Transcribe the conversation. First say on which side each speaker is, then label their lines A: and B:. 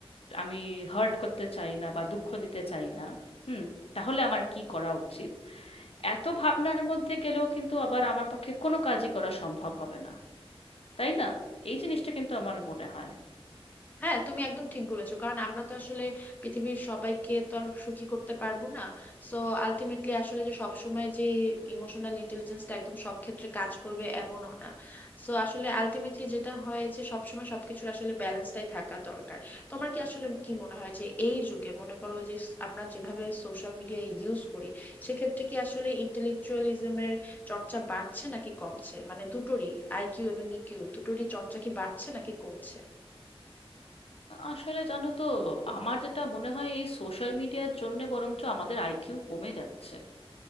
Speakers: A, on the left (about 70°); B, on the left (about 15°).
A: আমি হার্ট করতে চাই না বা দুঃখ দিতে চাই না হুম তাহলে আমার কি করা উচিত এত ভাবনার মধ্যে গেলেও কিন্তু আবার আমার পক্ষে কোনো কাজই করা সম্ভব হবে না তাই না এই জিনিসটা কিন্তু আমার মনে হয়
B: হ্যাঁ তুমি একদম ঠিক বলেছো কারণ আমরা তো আসলে পৃথিবীর সবাইকে তো আর সুখী করতে পারবো না সো আলটিমেটলি আসলে যে সবসময় যে ইমোশনাল ইন্টেলিজেন্সটা একদম সব ক্ষেত্রে কাজ করবে এমনও না সো আসলে আলটিমেটলি যেটা হয় যে সবসময় সবকিছুর আসলে ব্যালেন্সটাই থাকা দরকার তোমার কি আসলে কি মনে হয় যে এই যুগে মনে করো যে আমরা যেভাবে সোশ্যাল মিডিয়া ইউজ করি সেক্ষেত্রে কি আসলে ইন্টেলেকচুয়ালিজমের চর্চা বাড়ছে নাকি কমছে মানে দুটোরই আইকিউ এবং ইকিউ দুটোরই চর্চা কি বাড়ছে নাকি কমছে
A: আসলে জানো তো আমার যেটা মনে হয় এই সোশ্যাল মিডিয়ার জন্য বরঞ্চ আমাদের আইকিউ কমে যাচ্ছে